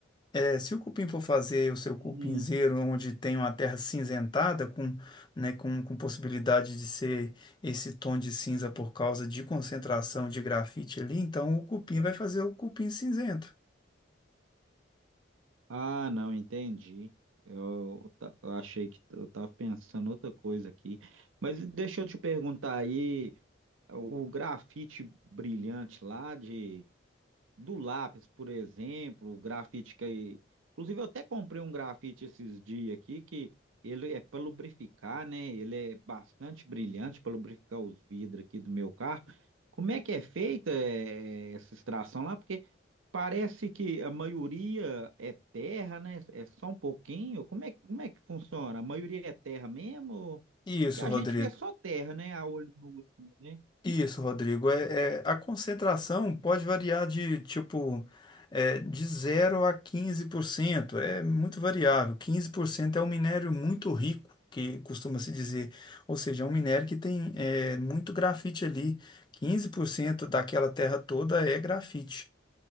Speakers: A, on the left; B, on the right.
A: É, se o cupim for fazer o seu cupinzeiro
B: Hum,
A: onde tem uma terra cinzentada, com, né, com, com possibilidade de ser esse tom de cinza por causa de concentração de grafite ali, então o cupim vai fazer o cupim cinzento.
B: Ah, não, entendi. Eu, ta- eu achei que t- eu estava pensando outra coisa aqui. Mas deixa eu te perguntar aí, o grafite brilhante lá de do lápis, por exemplo, o grafite que. Inclusive, eu até comprei um grafite esses dias aqui, que ele é para lubrificar, né? Ele é bastante brilhante para lubrificar os vidros aqui do meu carro. Como é que é feita eh, essa extração lá? Porque parece que a maioria é terra, né? É só um pouquinho. Como é, como é que funciona? A maioria é terra mesmo?
A: Isso,
B: Que a
A: Rodrigo.
B: gente vê só terra, né? A olho nu, assim, né?
A: Isso, Rodrigo. É, é- a concentração pode variar de tipo é, de zero a 15%. É muito variável. 15% é um minério muito rico, que costuma se dizer. Ou seja, é um minério que tem é, muito grafite ali. 15% daquela terra toda é grafite.